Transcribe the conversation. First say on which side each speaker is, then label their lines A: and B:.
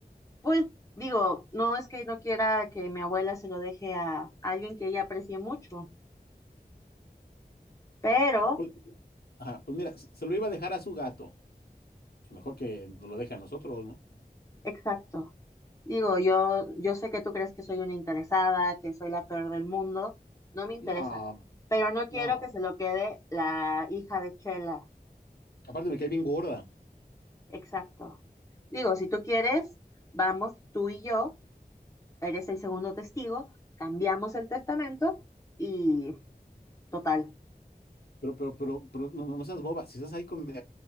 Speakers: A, on the left (about 20°); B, on the left (about 80°).
A: Pues digo, no es que no quiera que mi abuela se lo deje a alguien que ella aprecie mucho, pero,
B: Pues, ajá, pues mira, se se lo iba a dejar a su gato. Pues mejor que nos lo deje a nosotros, ¿no?
A: exacto. Digo, yo, yo sé que tú crees que soy una interesada, que soy la peor del mundo, no me interesa,
B: No,
A: pero no quiero
B: no.
A: que se lo quede la hija de Chela.
B: Aparte me cae bien gorda.
A: Exacto. Digo, si tú quieres, vamos tú y yo, eres el segundo testigo, cambiamos el testamento y total.
B: Pero, pero, pero, pero no, no no seas boba. Si estás ahí con mi